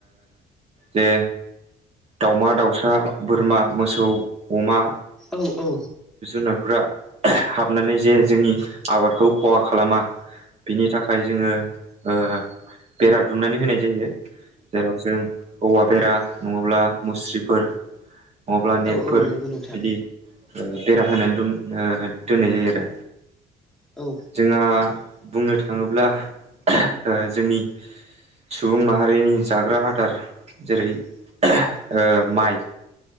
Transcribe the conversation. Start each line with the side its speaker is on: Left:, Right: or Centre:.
Right: जे दाउमा दाउसा, बोरमा, मोसौ, अमा
Centre: औ औ।
Right: जुनारफ्रा हाबनानै जे जोंनि आबादखौ खहा खालामा बिनि थाखाय जोङो ओ बेरा दुमनानै होनाय जायो। बेयाव जों औवा बेरा नङाब्ला मुस्रिफोर नङाब्ला
Centre: औ
Right: नेटफोर
Centre: नंगौ नोंथां
Right: बिदि ओ बेरा होनानै दोन ओ दोननाय जायो आरो।
Centre: औ
Right: जोंहा बुंनो थाङोब्ला ओ जोंनि सुबुं माहारिनि जाग्रा आदार जेरै ओ माइ